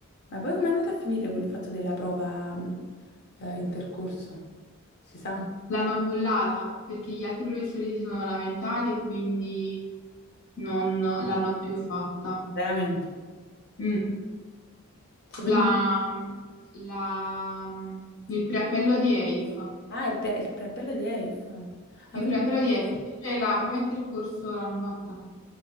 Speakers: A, on the left (about 50°); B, on the left (about 70°).
A: Ma poi com'è andata a finire quel fatto della prova mh, eh, intercorso? Si sa?
B: L'hanno annullata perché gli altri professori si sono lamentati e quindi non l'hanno più fatta.
A: Veramente?
B: Mm.
A: Cioè, quindi-
B: La, la, il preappello di EIF.
A: Ah, il, pre- il preappello di EIF. Ah,
B: Il
A: quindi-
B: preappello di estro, invece la prova intercorso l'hanno fatta.